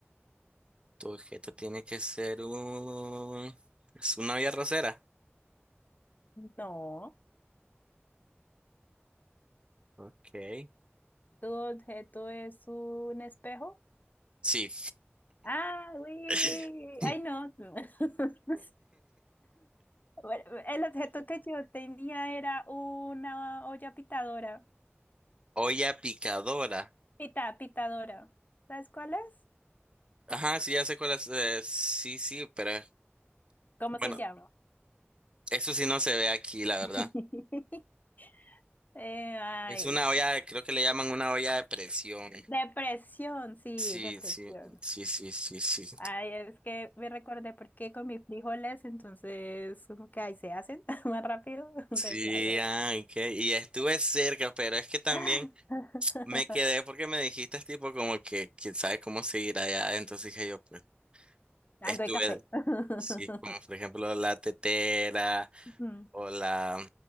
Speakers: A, on the right; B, on the left.
A: Tu objeto tiene que ser un... Es una olla rosera.
B: no.
A: Ok.
B: ¿Tu objeto es un espejo?
A: Sí.
B: Ah, uy,
A: <laughs>
B: ay, no. <laughs> Bueno, el objeto que yo tenía era una olla pitadora.
A: Olla picadora.
B: Pita, pitadora. ¿Sabes cuál es?
A: Ajá, sí, ya sé cuál es. eh, sí, sí, pero
B: ¿Cómo
A: bueno,
B: se llama?
A: eso sí no se ve aquí, la verdad.
B: <laughs> Eh, ay,
A: Es una
B: sí.
A: olla, creo que le llaman una olla de presión.
B: depresión, sí,
A: Sí,
B: depresión.
A: sí, sí, sí, sí, sí.
B: Ay, es que me recordé porque con mis frijoles, entonces, como que ahí se hacen <laughs> más rápido. Entonces
A: Sí,
B: dije, ay, bueno.
A: ah, ok. Y estuve cerca, pero es que también...
B: <laughs>
A: Me quedé porque me dijiste tipo como que quién sabe cómo seguir allá. Entonces dije yo, pues,
B: Algo
A: estuve,
B: de café. <laughs>
A: sí, como por ejemplo la tetera
B: Ujú.
A: o la